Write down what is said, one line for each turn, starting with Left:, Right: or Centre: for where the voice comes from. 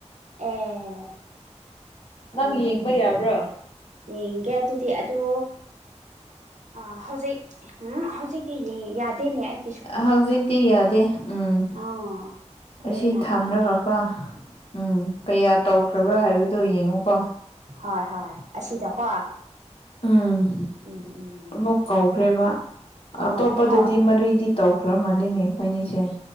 Right: ꯑꯦ ꯑꯩꯉꯣꯟꯗ
Left: ꯅꯪ ꯌꯦꯡꯕ ꯌꯥꯕ꯭ꯔꯣ
Right: ꯌꯥꯏ ꯌꯦꯡꯒꯦ ꯑꯗꯨꯗꯤ ꯑꯗꯣ ꯑ ꯍꯧꯖꯤꯛ ꯍꯨꯝ ꯍꯧꯖꯤꯛꯇꯤ ꯌꯦ ꯌꯥꯗꯦꯅꯦ ꯑꯩ
Left: ꯑ ꯍꯧꯖꯤꯛꯇꯤ ꯌꯥꯗꯦ ꯎꯝ
Right: ꯑꯥ ꯍꯣꯔꯦꯟꯅ
Left: ꯑꯁꯤ ꯊꯝꯔꯒꯀꯣ
Right: ꯌꯦꯡꯒꯦ
Left: ꯎꯝ ꯀꯌꯥ ꯇꯧ ꯔꯕ꯭ꯔꯥ ꯍꯥꯏꯕꯗꯨ ꯌꯦꯡꯉꯨꯀꯣ
Right: ꯍꯣꯏ ꯍꯣꯏ ꯑꯁꯤꯗꯀꯣ
Left: ꯎꯝ
Right: ꯎꯝ ꯎꯝ
Left: ꯑꯃꯨꯛ ꯀꯧꯈ꯭ꯔꯦꯕ
Right: ꯑꯣ
Left: ꯑꯇꯣꯞꯄꯗꯗꯤ
Right: ꯍꯣꯏ
Left: ꯃꯔꯤꯗꯤ ꯇꯧꯈ꯭ꯔ ꯃꯥꯜꯂꯤꯅꯤ ꯑꯩꯈꯣꯏꯅꯤꯁꯦ